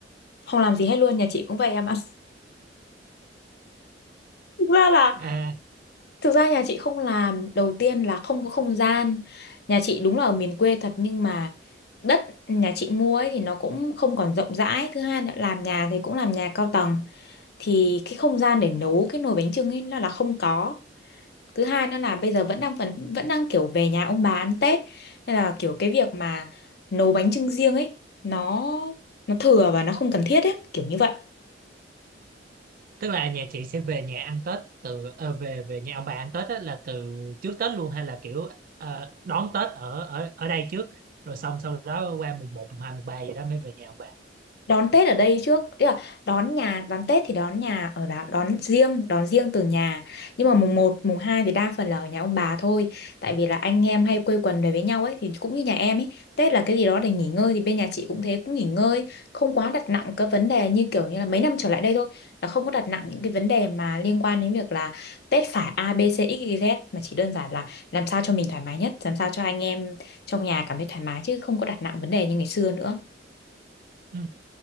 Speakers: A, on the left (about 60°); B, on the right (about 50°).
A: Không làm gì hết luôn, nhà chị cũng vậy em ạ. <laughs> Thực ra là
B: À,
A: thực ra nhà chị không làm, đầu tiên là không có không gian. Nhà chị đúng là ở miền quê thật nhưng mà đất nhà chị mua ấy thì nó cũng không còn rộng rãi, thứ hai là làm nhà thì cũng làm nhà cao tầng thì cái không gian để nấu cái nồi bánh chưng ấy là là không có. thứ hai nữa là bây giờ vẫn đang vẫn vẫn đang kiểu về nhà ông bà ăn Tết nên là kiểu cái việc mà nấu bánh chưng riêng ấy nó nó thừa và nó không cần thiết ấy kiểu như vậy
B: tức là nhà chị sẽ về nhà ăn Tết từ ờ, về về nhà ông bà ăn Tết á, là từ trước Tết luôn hay là kiểu ờ, đón Tết ở ở ở đây trước rồi xong sau đó qua mùng một mùng hai mùng 3 gì đó mới về nhà ông bà.
A: đón Tết ở đây trước tức là đón nhà đón Tết thì đón nhà ở đó đón riêng đón riêng từ nhà nhưng mà mùng một mùng 2 thì đa phần là ở nhà ông bà thôi tại vì là anh em hay quây quần về với nhau ấy thì cũng như nhà em ấy Tết là cái gì đó để nghỉ ngơi thì bên nhà chị cũng thế cũng nghỉ ngơi không quá đặt nặng các vấn đề như kiểu như là mấy năm trở lại đây thôi là không có đặt nặng những cái vấn đề mà liên quan đến việc là Tết phải A B C X Y Z mà chỉ đơn giản là làm sao cho mình thoải mái nhất làm sao cho anh em trong nhà cảm thấy thoải mái chứ không có đặt nặng vấn đề như ngày xưa nữa
B: Ừ.